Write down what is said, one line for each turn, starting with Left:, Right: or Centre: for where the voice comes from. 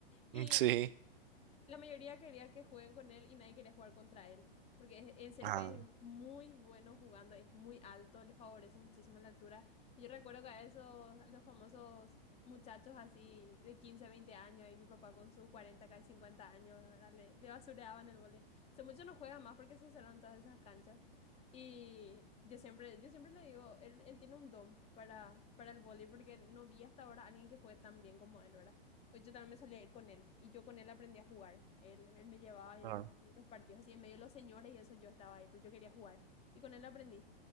Left: Y
Right: Mm, Sí.
Left: la mayoría quería que jueguen con él y nadie quería jugar contra él. Porque es- en serio
Right: Ah,
Left: que es muy bueno jugando, es muy alto, le favorece muchísimo la altura. Y yo recuerdo que a esos, a los famosos muchachos así de 15 20 años, ahí mi papá con sus 40 casi 50 años, ¿verdad? Le, le basureaban el vóley. Hace mucho no juega más porque se cerraron todas esas canchas. Y yo siempre, yo siempre le digo, él, él tiene un don para, para el vóley porque no vi hasta ahora a alguien que juegue tan bien como él, ¿verdad? Pues yo también me solía ir con él y yo con él aprendí a jugar. Él, él me llevaba en,
Right: claro.
Left: en los partidos así en medio de los señores y eso yo estaba ahí, pero yo quería jugar y con él aprendí.